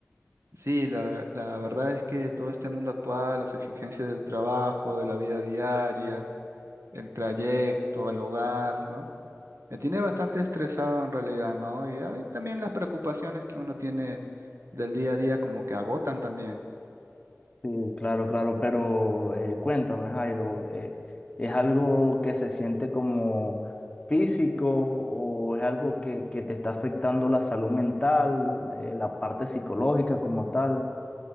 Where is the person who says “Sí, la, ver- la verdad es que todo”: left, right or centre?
Right